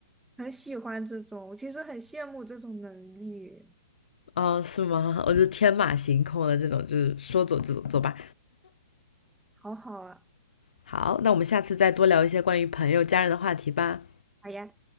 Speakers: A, in the centre; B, on the left.
A: 很喜欢这种，我其实很羡慕这种能力，
B: 哦，是吗？我就天马行空的这种，就是说走就走，走吧。
A: 好好啊！
B: 好，那我们下次再多聊一些关于朋友、家人的话题吧。
A: 好呀。